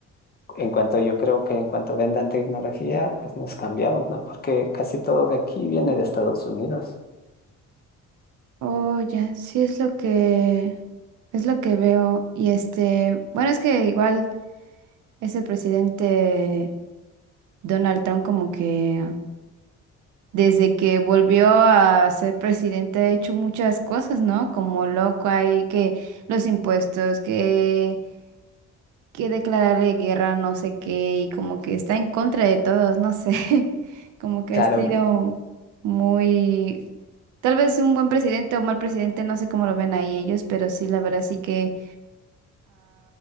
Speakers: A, on the left (about 30°); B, on the right (about 80°).
A: En cuanto yo creo que en cuanto vendan tecnología, pues nos cambiamos, ¿no? Porque casi todo de aquí viene de Estados Unidos.
B: oh, ya, sí es lo que es lo que veo. Y este, bueno, es que igual ese presidente Donald Trump como que Desde que volvió a ser presidente ha hecho muchas cosas, ¿no? Como loco hay que los impuestos, que, que declararle guerra, no sé qué, y como que está en contra de todos, no sé. <laughs> Como que
A: Claro,
B: ha sido muy, tal vez un buen presidente o mal presidente, no sé cómo lo ven ahí ellos, pero sí, la verdad sí que